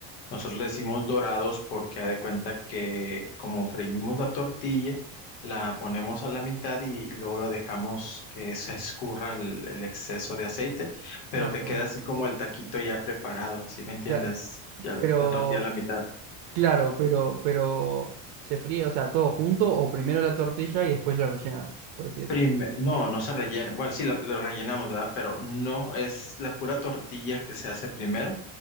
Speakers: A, on the left; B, on the right.
A: Nosotros le decimos dorados porque haz de cuenta que como freímos la tortilla, la ponemos a la mitad y, y luego la dejamos que se escurra el, el exceso de aceite, pero
B: Ah,
A: te
B: qué
A: queda
B: bueno.
A: así como el taquito ya preparado, ¿sí me entiendes?
B: Cla-
A: Ya
B: pero,
A: la tortilla a la mitad.
B: claro, pero, pero, ¿se fríe, o sea, todo junto o primero la tortilla y después la rellena, por así decirlo?
A: Prime- no, no se rellena. Bueno, sí, la, la rellenamos, ¿verdad? Pero no es la pura tortilla que se hace primero